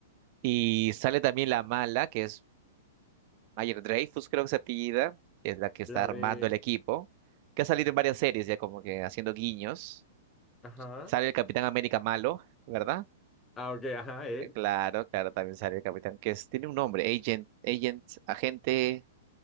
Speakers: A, on the right; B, on the left.
A: Y sale también la mala, que es Mayer Dreyfus, creo que se apellida, que es la que está
B: La
A: armando
B: de,
A: el equipo, que ha salido en varias series ya como que haciendo guiños.
B: ajá,
A: Sale el Capitán América malo, ¿verdad?
B: ah, ok, ajá, él.
A: Eh, Claro, claro, también sale el Capitán, que es- tiene un nombre, Agent, Agent, agente,